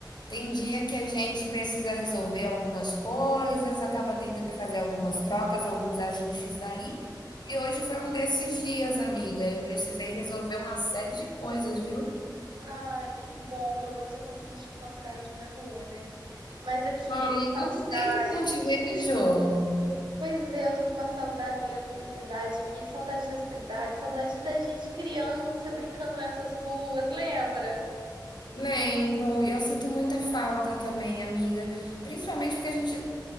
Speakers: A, on the left; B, on the right.
A: Tem dia que a gente precisa resolver algumas coisas, acaba tendo que fazer algumas trocas, alguns ajustes ali. E hoje foi um desses dias, amiga. Eu precisei resolver uma série de coisas, viu?
B: Ai, que bom. Pelo menos eu consegui te encontrar aqui na rua, né? Mas aqui,
A: Ai,
B: que
A: quanto
B: cidade?
A: tempo que não te vejo?
B: Pois é, eu tô com uma saudade olhando pra cidade aqui, saudade da cidade, saudade da gente criança brincando nessas ruas, lembra?
A: Lembro, eu sinto muita falta também, amiga. Principalmente porque a gente,